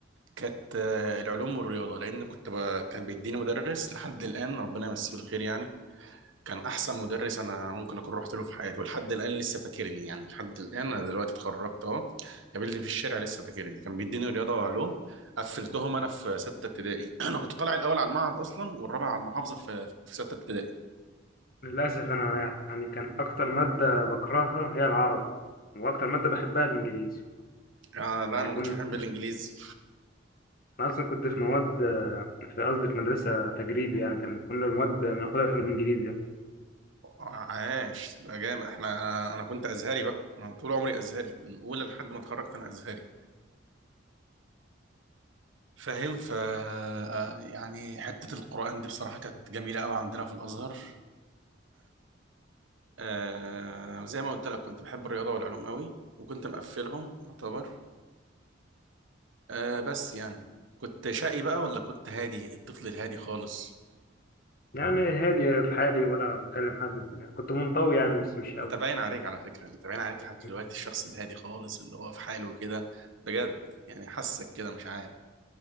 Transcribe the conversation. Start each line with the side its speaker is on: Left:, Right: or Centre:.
Right: كانت آه، العلوم والرياضة لأن كنت ب... كان بيديني مدرس لحد الآن ربنا يمسيه بالخير يعني كان أحسن مدرس أنا ممكن أكون رحت له في حياتي ولحد الآن لسه فاكرني يعني لحد الآن أنا دلوقتي اتخرجت أهو قابلني في الشارع لسه فاكرني كان بيديني رياضة وعلوم قفلتهم أنا في ستة ابتدائي <clears throat> أنا كنت طالع الأول على المعهد أصلا والرابع على المحافظة في, في ستة ابتدائي
Left: للاسف انا يعني كان اكتر ماده بكرهها هي العربي واكتر ماده بحبها الانجليزي
Right: آه لا
Left: يعني
Right: أنا ما
Left: كنت
Right: كنتش بحب الإنجليزي
Left: انا اصلا كنت في مواد في قصدي في مدرسه تجريبي يعني كان كنا المواد بناخدها بالانجليزي يعني
Right: عاش ده جامد احنا انا أنا كنت ازهري بقى انا طول عمري ازهري من اولى لحد ما اتخرجت انا ازهري فاهم ف آه، يعني حته القران دي بصراحه كانت جميله قوي عندنا في الازهر آه زي ما قلت لك كنت بحب الرياضه والعلوم قوي وكنت مقفلهم يعتبر آه بس يعني كنت شقي بقى ولا كنت هادي الطفل الهادي خالص
Left: يعني هادي في حالي ولا بكلم حد وكده كنت منطوي يعني بس مش
Right: انت باين عليك على فكره انت باين عليك لحد دلوقتي
Left: قوي
Right: الشخص الهادي خالص اللي هو في حاله كده بجد يعني حاسك كده مش عارف